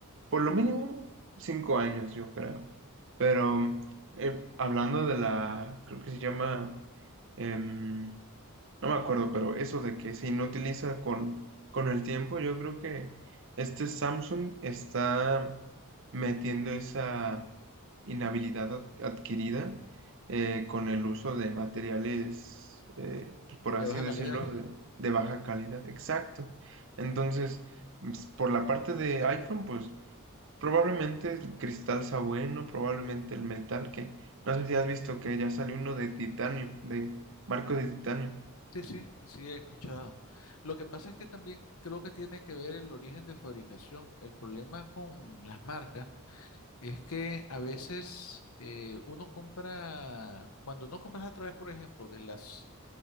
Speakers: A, on the right; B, on the left.
A: por lo mínimo, cinco años, yo creo. Pero eh, hablando de la, creo que se llama... em, no me acuerdo, pero eso de que se inutiliza con, con el tiempo, yo creo que este Samsung está metiendo esa inhabilidad ad- adquirida eh, con el uso de materiales, eh, pues, por así
B: De baja
A: decirlo,
B: calidad.
A: de, de baja calidad. Exacto. Entonces, ps- por la parte de iPhone, pues Probablemente el cristal sea bueno, probablemente el metal, que no sé si has visto que ya salió uno de titanio, de marcos de titanio.
B: Sí, sí, así he escuchado. Lo que pasa es que también creo que tiene que ver el origen de fabricación. El problema con las marcas es que a veces eh, uno compra, cuando no compras a través, por ejemplo, de las